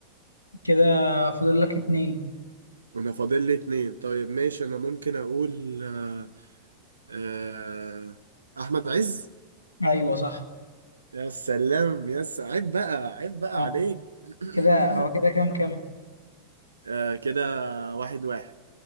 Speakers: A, on the left; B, on the right.
A: كده فاضل لك اتنين
B: انا فاضل لي اتنين طيب ماشي انا ممكن اقول أه أه احمد عز
A: ايوه صح
B: يا سلام يا س- عيب بقى عيب بقى
A: آه.
B: عليك <coughs>
A: كده هو كده كام كام
B: آه كده واحد واحد